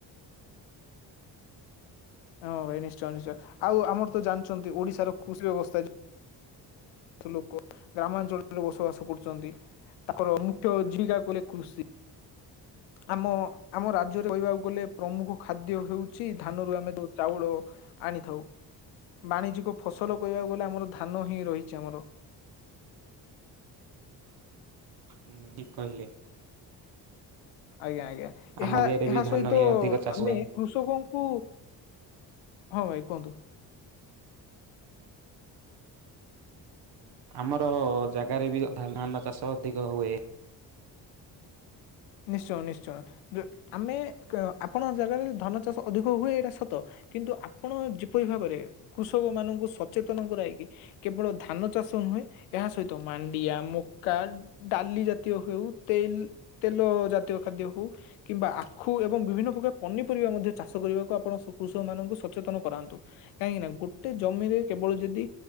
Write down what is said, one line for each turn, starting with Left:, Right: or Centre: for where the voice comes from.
Left: ହଁ ଭାଇ ନିଶ୍ଚୟ ନିଶ୍ଚୟ ଆଉ ଆମର ତ ଜାଣିଛନ୍ତି ଓଡିଶାର କୃଷି ବ୍ୟବସ୍ଥା <inaudible> ଲୋକ ଗ୍ରାମାଞ୍ଚଳରେ ବସବାସ କରୁଛନ୍ତି। ତାଙ୍କର ମୁଖ୍ୟ ଜୀବିକା କଲେ କକୃଷି <unintelligible> ଆମ ଆମ ରାଜ୍ୟରେ କହିବାକୁ ଗଲେ ପ୍ରମୁଖ ଖାଦ୍ୟ ହଉଚି ଧାନରୁ ଆମେ ଯୋଉ ଚାଉଳ ଆଣିଥାଉ। ବାଣିଜ୍ୟିକ ଫସଲ କହିବାକୁ ଗଲେ ଆମର ଧାନ ହିଁ ରହିଚି ଆମର।
Right: <inaudible> ହୁଁ ଠିକ କହିଲେ।
Left: ଆଜ୍ଞା ଆଜ୍ଞା
Right: ଆମ
Left: ଏହା
Right: ଏରିଆରେ
Left: ଏହା
Right: ବି ଧାନ
Left: ସହିତ
Right: ହିଁ ଅଧିକ ଚାଷ
Left: ଆମେ
Right: ହୁଏ।
Left: କୃଷକଙ୍କୁ ହଁ ଭାଇ କୁହନ୍ତୁ।
Right: ଆମର ଜାଗାରେ ବି ଧାନା ଚାଷ ଅଧିକ ହୁଏ।
Left: ନିଶ୍ଚୟ ନିଶ୍ଚୟ, ଆମେ ଆପଣଙ୍କ ଜାଗାରେ ଧାନ ଚାଷ ଅଧିକ ହୁଏ ଏଇଟା ସତ। କିନ୍ତୁ ଆପଣ ଯେପରି ଭାବରେ କୃଷକ ମାନଙ୍କୁ ସଚେତନ କରଇକି କେବଳ ଧାନ ଚାଷ ହୁଏ ଏହା ସହିତ ମାଣ୍ଡିଆ, ମକା, ଡାଲି ଜାତୀୟ ହଉ ତେଲ ତେଲ ଜାତୀୟ ଖାଦ୍ୟ ହଉ କିମ୍ବା ଆଖୁ ଏବଂ ବିଭିନ୍ନ ପ୍ରକାର ପନିପରିବା ମଧ୍ୟ ଚାଷ କରିବାକୁ ଆପଣ କୃଷକ ମାନଙ୍କୁ ସଚେତନ କରାନ୍ତୁ କାହିଁକି ନା ଗୋଟେ ଜମିରେ କେବଳ ଯଦି